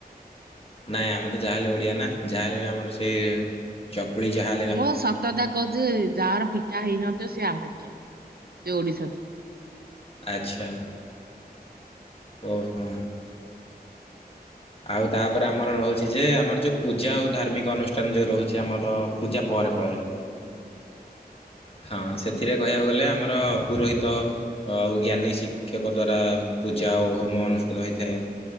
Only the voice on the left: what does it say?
ନାଇଁ ଆମେ ତ ଯାହାହେଲେ ଓଡ଼ିଆ ନା, ଯାହାହେଲେ ବି ଆମର ସେଇ ଚକୁଳି ଯାହା
ଆଚ୍ଛା। ଓହୋ। ଆଉ ତାପରେ ଆମର ରହୁଛି ଯେ, ଆମର ଯୋଉ ପୂଜା ଆଉ ଧାର୍ମିକ ଅନୁଷ୍ଠାନ ଯୋଉ ରହୁଛି ଆମର ପୂଜା ପରେ ପରେ ହଁ ସେଥିରେ କହିଆକୁ ଗଲେ ଆମର ପୁରୋହିତ ଆଉ ଜ୍ଞାନୀ ଶିକ୍ଷକ ଦ୍ଵାରା ପୂଜା ଓ ହୋମ ଅନୁଷ୍ଠିତ ହୋଇଥାଏ।